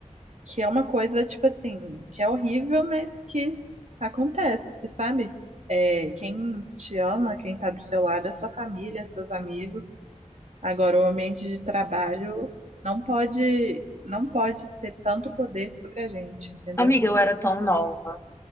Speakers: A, on the right (about 65°); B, on the left (about 20°).
A: que é uma coisa, tipo assim, que é horrível, mas que acontece, sabe? É, quem te ama, quem tá do seu lado é sua família, seus amigos. Agora, o ambiente de trabalho não pode, não pode ter tanto poder sobre a gente, entendeu?
B: Amiga, eu era tão nova,